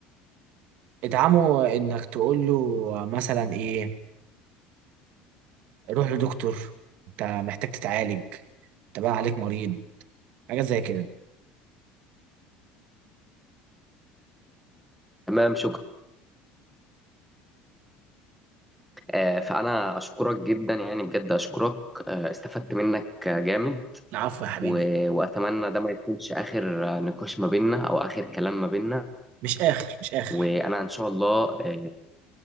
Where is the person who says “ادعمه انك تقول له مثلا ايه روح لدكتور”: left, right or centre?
Right